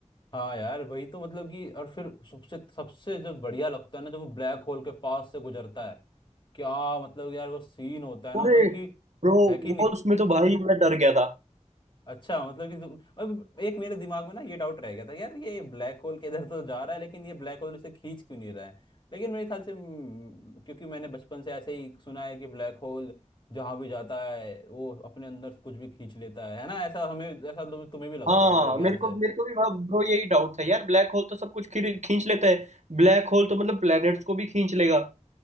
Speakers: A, on the left (about 40°); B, on the right (about 70°).
A: हाँ यार वही तो मतलब कि और फिर सबसे सबसे जो बढ़िया लगता है ना जब वो ब्लैक होल के पास से गुजरता है क्या मतलब यार वो सीन होता है ना
B: अरे
A: मतलब कि
B: ब्रो
A: है कि नहीं
B: वो उसमें तो भाई मैं डर गया था
A: अच्छा मतलब कि तुम अब एक मेरे दिमाग में ना ये डाउट रह गया था यार ये ब्लैक होल के इधर तो जा रहा है लेकिन ये ब्लैक होल इसे खींच क्यों नहीं रहा है लेकिन मेरे ख्याल से हम्म, क्योंकि मैंने बचपन से ऐसे ही सुना है कि ब्लैक होल जहाँ भी जाता है वो अपने अंदर कुछ भी खींच लेता है है ना ऐसा हमें ऐसा तुम्हें तुम्हें भी लग
B: हाँ
A: रहा होगा मेरे ख्याल
B: मेरे
A: से
B: को मेरे को भी ब्रो यही डाउट था यार ब्लैक होल तो सब कुछ खींच खींच लेता है ब्लैक होल तो मतलब प्लैनेट्स को भी खींच लेगा